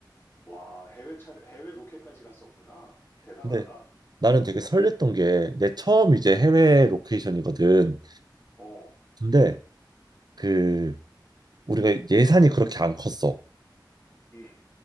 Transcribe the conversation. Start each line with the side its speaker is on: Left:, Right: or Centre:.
Left: 와, 해외 차례, 해외 로켓까지 갔었구나. 대단하다.
Right: 근데 나는 되게 설렜던 게 내 처음 이제
Left: 어,
Right: 해외 로케이션이거든.
Left: 어,
Right: 근데 그 우리가 예산이 그렇게 안 컸어.
Left: 음,